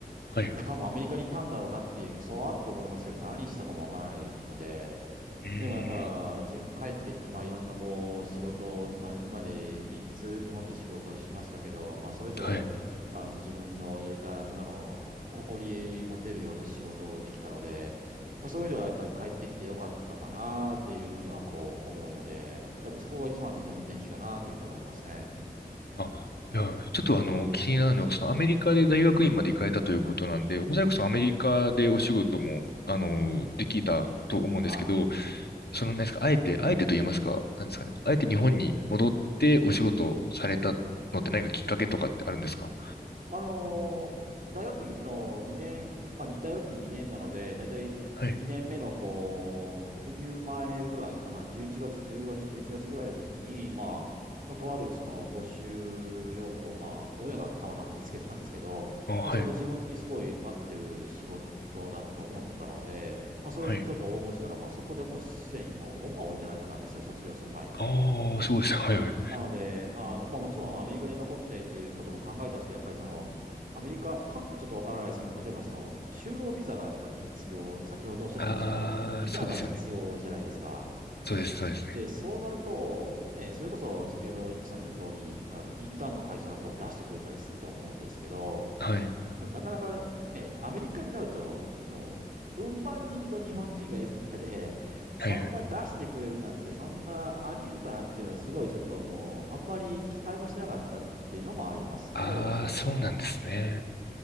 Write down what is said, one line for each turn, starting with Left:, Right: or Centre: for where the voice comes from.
Left: はい。
Right: もう多分アメリカにいたんだろうなっていう、そうあっと思いますけど、何したかもわからないので、
Left: うーん。
Right: でもやっぱ自分帰ってきて、まあいろんなこう仕事を、今、今で3つ日本で仕事をしましたけど、まあそれぞれ、
Left: はい。
Right: あの自分のやりたい、あの、誇り持てるような仕事をできたので、まあそういう意味ではやっぱり帰ってきてよかったかなっていうふうにはこう思うので、やっぱりそこが一番の自分の転機かなというふうに思いますね。
Left: あ、いや、ちょっとあの、気になるのは、そのアメリカで大学院まで行かれたということなんで、おそらくそのアメリカでお仕事も、あの、できたと思うんですけど、
Right: うん。は
Left: その、なんですか、あえて、あえてと言いますか、なんですかね、
Right: い。うん
Left: あえて日本に戻ってお仕事をされたのって何かきっかけとかってあるんですか
Right: あのー大学院の2年、まあ、に大学院2年なので、だいたい2年目のこう、
Left: はい。
Right: 冬前ぐらいかな、11月、10月、11月ぐらいの時に、まあ、まあとあるその募集要項、まあ、親がたまたま見つけたんですけど、
Left: あ、
Right: まあ、
Left: はい。
Right: それが自分にすごい合ってる仕事だと思ったので、まあ、それにちょっと応募したら、
Left: はい。
Right: まあ、そこでもうすでにもうオファーをいただいてたんですよ、卒業する前に。
Left: ああ、そうですね。はいはい。
Right: なので、あの、まあもちろんアメリカで残ってっていうことも考えたんですけど、やっぱりその、アメリカ、韓国ちょっとわからないですけど例えばその、就労ビザがやっぱり必要、先ほどおっしゃったように、
Left: ああ、
Right: その、ビザが必要じゃないですか。
Left: そうですよね。そうです、そうですね。
Right: で、そうなると、ね、それこそ先ほどゆきさんの言う通り、あの、インターンの会社がこう出してくれたりすると思うんですけど、
Left: はい。
Right: でもなかなかね、アメリカになると、もう、うん万人と日本人がいる中で、そんな出してくれるなんて、
Left: はいはい。
Right: そんなありえるかなっていうのは、すごいちょっともう、あんまり期待もしてなかったっていうのもありますね、
Left: ああ、
Right: 私がその、
Left: そうなんですね。